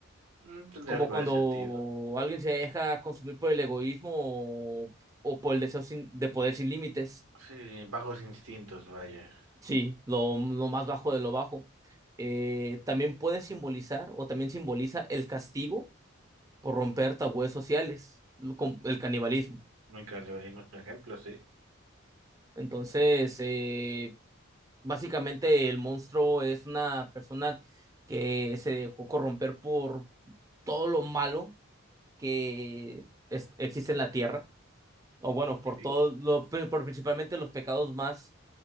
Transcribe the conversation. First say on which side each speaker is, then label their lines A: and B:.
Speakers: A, on the right; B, on the right.
A: Mm, tendría
B: como
A: algo
B: cuando
A: de sentido.
B: alguien se deja consumir por el egoísmo o, o por el deseo sin- de poder sin límites.
A: Sí, bajos instintos, vaya.
B: Sí, lo, lo más bajo de lo bajo. Eh, también puede simbolizar o también simboliza el castigo por romper tabúes sociales, lo- con el canibalismo.
A: Muy canibalismo es un ejemplo, sí.
B: Entonces, eh, básicamente el monstruo es una persona que se dejó corromper por todo lo malo que es- existe en la tierra, o bueno, por
A: Ok.
B: todo lo, pero por principalmente los pecados más